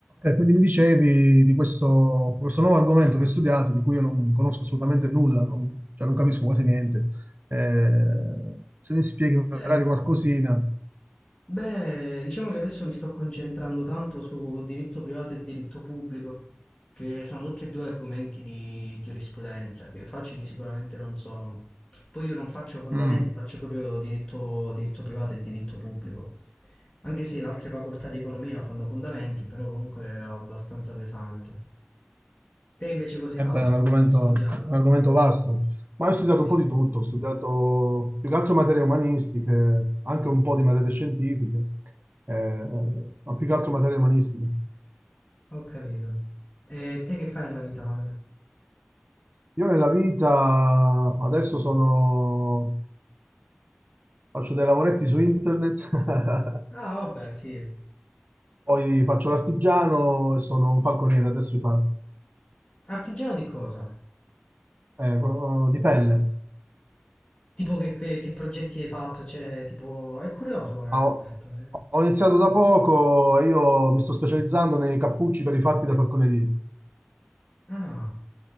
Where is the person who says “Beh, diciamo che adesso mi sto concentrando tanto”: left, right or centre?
Left